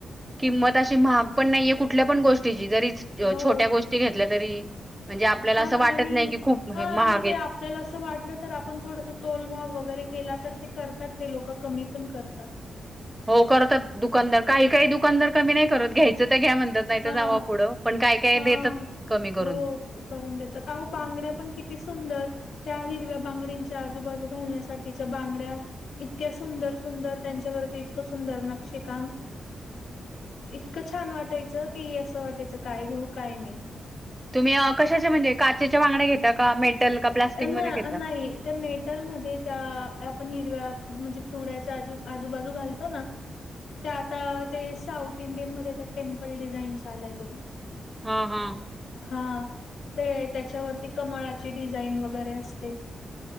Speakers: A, on the right; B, on the left.
A: किंमत अशी महाग पण नाहीये. कुठल्या पण गोष्टीची. जरी छोट्या
B: हो
A: गोष्टी घेतल्या तरी. म्हणजे आपल्याला
B: हा
A: असं वाटत
B: आणि
A: नाही की, खूप
B: हा
A: हे महागे.
B: आणि ते आपल्याला असं वाटलं तर, आपण थोडस तोल भाव वगैरे केला तर ते करतात. ते लोक कमी पण करतात.
A: हो करतात दुकानदार. काही काही दुकानदार कमी नाही करत. घ्याय च त घ्या म्हणतात. नाही तर
B: हा
A: जावा पुढं. पण काय काय
B: हा.
A: देतात कमी करून.
B: हो करून देतात. अहो बांगड्या पण किती सुंदर. त्या हिरव्या बांगडंच्या आजूबाजू घालण्यासाठीच्या बांगड्या. इतक्या सुंदर सुंदर. त्यांच्यावरती इतकं सुंदर नक्षी काम. इतकं छान वाटायचं कि, असं वाटायचं काय घेऊ काय नाही.
A: तुम्ही अ कशाचे म्हणजे, काचेच्या बांगड्या घेता का? मेटल प्लास्टिकमध्ये
B: न
A: घेता
B: नाही. त्या मेटलमध्ये त्या आपण हिरव्या, म्हणजे चुड्याच्या आजू आजूबाजू घालतो ना? त्या आता ते साऊथ इंडियन मध्ये त्या टेम्पल डिझाईन आलय बघा.
A: हा हा.
B: हा, ते त्याच्यावरती कमळाची डिझाईन वगैरे असते.